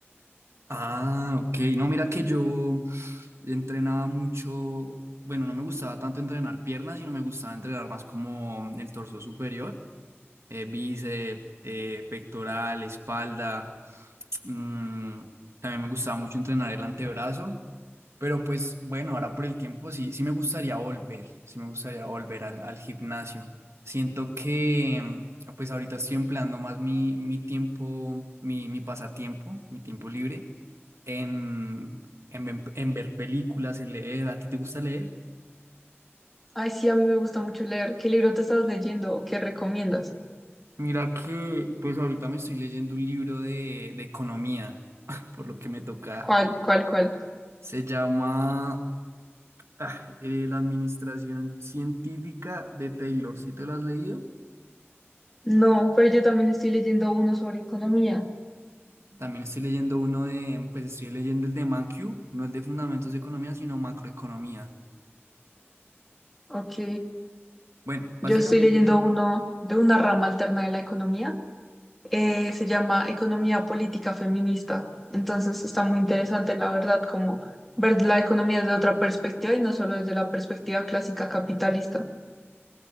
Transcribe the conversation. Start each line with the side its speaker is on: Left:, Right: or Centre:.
Right: Ah, ok. No, mira que yo entrenaba mucho, bueno, no me gustaba tanto entrenar piernas, sino me gustaba entrenar más como el torso superior, eh, bíceps, eh, pectoral, espalda. Mm, también me gustaba mucho entrenar el antebrazo, pero pues bueno, ahora por el tiempo sí, sí me gustaría volver, sí me gustaría volver al, al gimnasio. Siento que mm, pues ahorita estoy empleando más mi, mi tiempo, mi, mi pasatiempo, mi tiempo libre en, en, ven- en ver películas, en leer. ¿A ti te gusta leer?
Centre: Ay, sí, a mí me gusta mucho leer. ¿Qué libro te estás leyendo o qué recomiendas?
Right: Mira que pues ahorita me estoy leyendo un libro de, de economía, <laughs> por lo que me toca.
Centre: ¿Cuál, cuál, cuál?
Right: Se llama ah, eh, La Administración Científica de Taylor. ¿Sí te lo has leído?
Centre: No, pero yo también estoy leyendo uno sobre economía.
Right: También estoy leyendo uno de, pues estoy leyendo el de ManQ, no el de Fundamentos de Economía, sino Macroeconomía.
Centre: Ok,
Right: Bueno, básicamente,
Centre: yo estoy leyendo uno de una rama alterna de la economía eh, se llama Economía Política Feminista. Entonces está muy interesante, la verdad, como ver la economía desde otra perspectiva y no solo desde la perspectiva clásica capitalista.